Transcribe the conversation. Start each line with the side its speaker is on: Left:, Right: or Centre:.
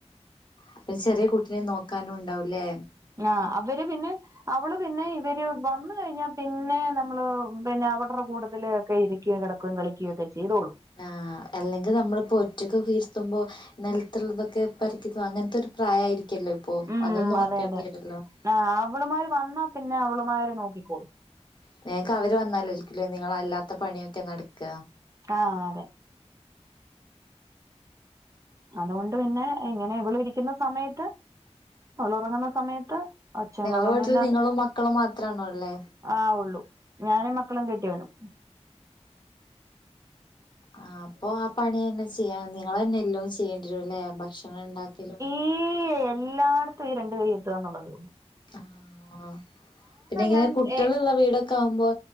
Left: അപ്പം ചെറിയ കുട്ടിനെ നോക്കാനുണ്ടാവൂല്ലേ?
Right: ങ്ങാ അവര് പിന്നെ അവള് പിന്നെ ഇവര് വന്ന് കഴിഞ്ഞാ പിന്നെ നമ്മള് പിന്നെ അവര്ടെ കൂടത്തിലൊക്കെ ഇരിക്കും കെടക്കേം, കളിക്കയെക്കെ ചെയ്തോളും
Left: ആഹ് അല്ലെങ്കിൽ നമ്മളിപ്പൊ ഒറ്റക്കൊക്കെ ഇര്ത്തുമ്പോ നെലത്തുള്ളതൊക്കെ പെർക്കി തിന്ന് അങ്ങനത്തൊരു പ്രായായിരിക്കല്ലോ ഇപ്പോ
Right: ഉം
Left: അതും നോക്കേണ്ടി
Right: അതെ അതെ
Left: വരുല്ലോ ഇപ്പൊ
Right: ആഹ് അവളുമാര് വന്നാ പിന്നെ അവളുമാര് നോക്കിക്കോളും
Left: നിങ്ങക്ക് അവര് വന്നാലായ്രിക്കലോ നിങ്ങളെല്ലാത്ത പണിയൊക്കെ നടക്ക?
Right: ആഹ് അതെ അതുകൊണ്ട് പിന്നെ ഇങ്ങനെ ഇവള് രിക്കുന്ന സമയത്ത് അവളൊറങ്ങുന്ന സമയത്ത് ഒച്ചയും
Left: നിങ്ങളെ
Right: ബഹളൊന്നും
Left: വീട്ടില്
Right: ഇല്ലാതെ
Left: നിങ്ങളും മക്കളും മാത്രാണോ ഉള്ളേ?
Right: ആഹ് ഒള്ളൂ ഞാനും, മക്കളും, കെട്ടിയോനും
Left: ആഹ് അപ്പൊ ആ പണി തന്നെ ചെയ്യാ നിങ്ങളെന്നെ എല്ലോം ചെയ്യേണ്ടി വെരുംല്ലേ ഭക്ഷണണ്ടാക്കലും
Right: ഈ എല്ലായിടത്തും ഈ രണ്ടു കൈ എത്തുകാന്ന്ള്ളതേയൊള്ളു
Left: ആഹ് പിന്നെങ്ങനെ
Right: ഞാൻ
Left: കുട്ടികള്
Right: ഏ
Left: ള്ള വീടൊക്കാവുമ്പോ